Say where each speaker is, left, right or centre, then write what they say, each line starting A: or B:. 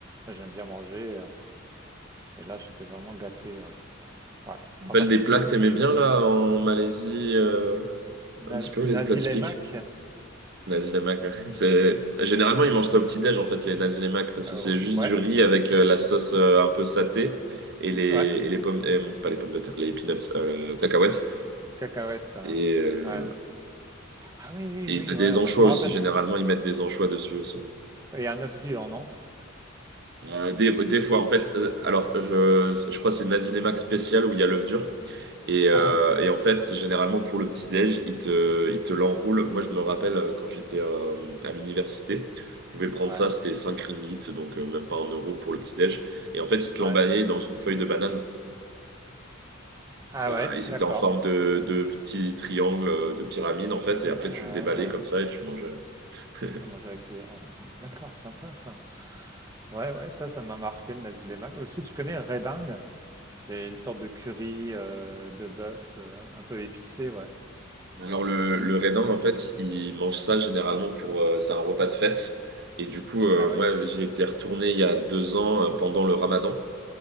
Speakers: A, on the right; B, on the right.
A: Moi, j'aime bien manger. euh, et là, j'étais vraiment gâté, ouais. Ouais.
B: Tu te rappelles
A: Ah bah,
B: des
A: c'est
B: plats
A: bien.
B: que t'aimais
A: dis donc.
B: bien, là, en Malaisie, euh, un
A: Na-
B: petit peu,
A: Nazi
B: les plats typiques?
A: Lemak,
B: Nasi lemak, ouais. C'est... Généralement, ils mangent ça au petit-déj, en fait, les nasi lemak, parce
A: euh,
B: que c'est juste
A: ouais.
B: du riz avec euh, la sauce euh, un peu satée et les,
A: Ouais,
B: et les pommes, euh, pas les pommes de terre, les peanuts, euh, cacahuètes.
A: cacahuètes. euh,
B: Et, euh,
A: ouais. Ah oui, oui,
B: et
A: oui,
B: t'as des
A: ouais,
B: anchois
A: moi je me
B: aussi,
A: rappelle.
B: généralement, ils mettent des anchois dessus aussi.
A: Et un œuf dur, non?
B: Euh, des, des fois, en fait, euh, alors je, je crois que c'est Nazilémac spécial où il y a l'œuf dur. Et, euh,
A: Ah ouais,
B: et en fait, généralement pour le petit-déj, il te, il te l'enroule. Moi, je me rappelle euh, quand j'étais euh, à l'université, je pouvais prendre
A: ouais,
B: ça, c'était 5 ringgit, donc euh, même pas un euro pour le petit-déj. Et en fait, il te l'emballait
A: ouais.
B: dans une feuille de banane.
A: Ah
B: Euh,
A: ouais,
B: et c'était
A: d'accord.
B: en forme de, de petit triangle, euh, de pyramide, en fait. Et après,
A: Ah
B: tu le déballais
A: ouais, ouais.
B: comme ça et tu mangeais. <laughs>
A: À manger à la cuillère. ouais. D'accord, sympa ça. Ouais, ouais, ça, ça m'a marqué le nasi lemak. Aussi, tu connais redingue? C'est une sorte de curry euh, de bœuf euh, un peu épicé, ouais.
B: Alors le, le raisin, en fait, il mange ça généralement pour... euh, c'est un repas de fête. Et du coup, euh,
A: Ah ouais.
B: moi, j'ai été retourné il y a deux ans euh, pendant le Ramadan.